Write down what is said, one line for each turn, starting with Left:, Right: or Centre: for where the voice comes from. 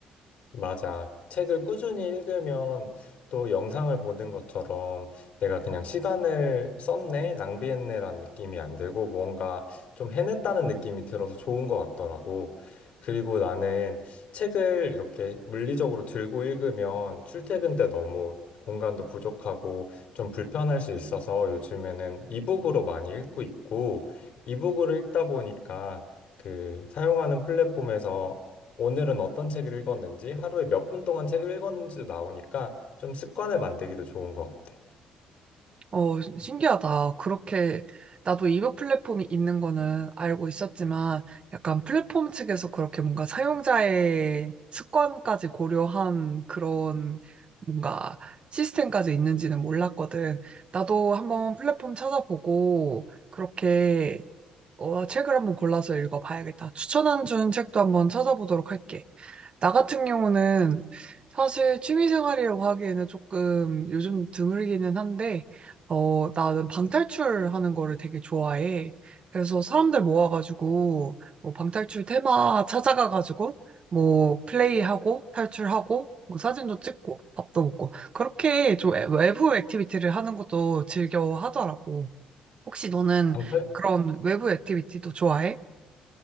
Left: 맞아. 책을 꾸준히 읽으면 또 영상을 보는 것처럼 내가 그냥 시간을 썼네, 낭비했네라는 느낌이 안 들고 뭔가 좀 해냈다는 느낌이 들어서 좋은 것 같더라고. 그리고 나는 책을 이렇게 물리적으로 들고 읽으면 출퇴근 때 너무 공간도 부족하고 좀 불편할 수 있어서 요즘에는 이북으로 많이 읽고 있고 이북으로 읽다 보니까 그 사용하는 플랫폼에서 오늘은 어떤 책을 읽었는지, 하루에 몇 분 동안 책을 읽었는지도 나오니까 좀 습관을 만들기도 좋은 것 같아.
Right: 어, 신기하다. 그렇게, 나도 이버 플랫폼이 있는 거는 알고 있었지만, 약간 플랫폼 측에서 그렇게 뭔가 사용자의 습관까지 고려한 그런 뭔가 시스템까지 있는지는 몰랐거든. 나도 한번 플랫폼 찾아보고, 그렇게 어, 책을 한번 골라서 읽어봐야겠다. 추천한 준 책도 한번 찾아보도록 할게. 나 같은 경우는 사실 취미생활이라고 하기에는 조금 요즘 드물기는 한데, 어, 나는 방탈출하는 거를 되게 좋아해. 그래서 사람들 모아가지고, 뭐 방탈출 테마 찾아가가지고, 뭐 플레이하고, 탈출하고, 뭐 사진도 찍고, 밥도 먹고, 그렇게 좀 외부 액티비티를 하는 것도 즐겨 하더라고. 혹시 너는
Left: 방팔?
Right: 그런 외부 액티비티도 좋아해?